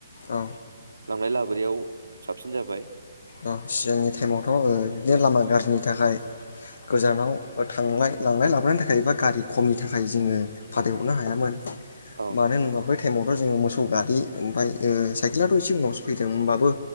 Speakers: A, on the left; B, on the right.
A: औ
B: लांलाय लाबोनायाव साबसिन जाबाय।
A: औ सिगांनि टाइमावथ' ओ बिदिनो लामा गाज्रिनि थाखाय गोजानाव थांलाय लांलाय लाबोनाय थाखाय एबा गारि खमनि थाखाय जोङो फाथायहरनो हायामोन।
B: औ
A: मानो होनोबा बै टाइमावथ' जोङो मोसौ गारि ओमफ्राय साइकेलाथ' एसे उनावसो फैदों होमबाबो